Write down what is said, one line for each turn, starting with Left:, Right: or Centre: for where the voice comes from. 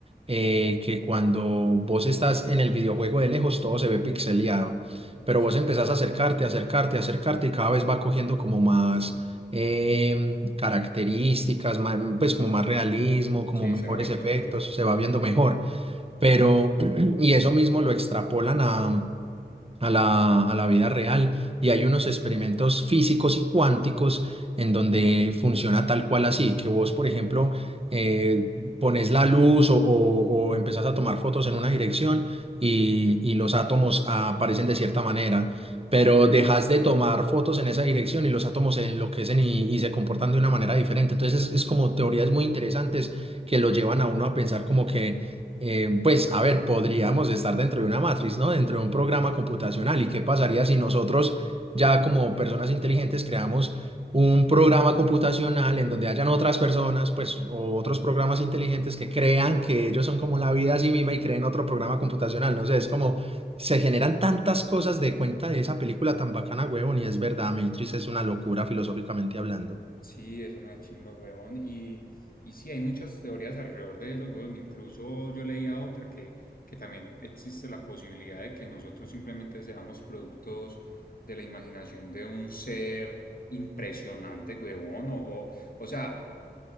Right: eh, que cuando vos estás en el videojuego de lejos todo se ve pixeleado, pero
Left: Sí,
Right: vos empezás a acercarte, acercarte, acercarte y cada vez va cogiendo como más em, características, ma- mm, pues como más realismo, como
Left: sí,
Right: mejores
Left: se va viendo
Right: efectos,
Left: mejor.
Right: se va viendo mejor, pero <clears throat> y eso mismo lo extrapolan a a la, a la vida real y hay unos experimentos físicos y cuánticos en donde funciona tal cual así, que vos, por ejemplo, eh, pones la luz o, o, o empezás a tomar fotos en una dirección y, y los átomos aparecen de cierta manera. pero
Left: Ujú,
Right: dejas
Left: ujú,
Right: de tomar fotos en esa dirección y los átomos se enloquecen y, y se comportan de una manera diferente. Entonces es, es como teorías muy interesantes
Left: Interesante.
Right: que lo llevan a uno a pensar como que eh, pues, a ver, podríamos estar dentro de una matriz, ¿no? Dentro de un programa computacional. ¿Y qué pasaría si nosotros, ya como personas inteligentes, creamos un programa computacional en donde hayan otras personas, pues, o otros programas inteligentes que crean que ellos son como la vida a sí misma y creen otro programa computacional? No sé, es como se generan tantas cosas de cuenta de esa película tan bacana, huevón, y es verdad, Matrix es una locura filosóficamente hablando.
Left: Sí, es una chimba, huevón. Y, y sí, hay muchas teorías alrededor de eso, huevón. Incluso yo leía otra que, que también existe la posibilidad de que nosotros simplemente seamos productos de la imaginación de un ser impresionante, huevón. O, o, o sea,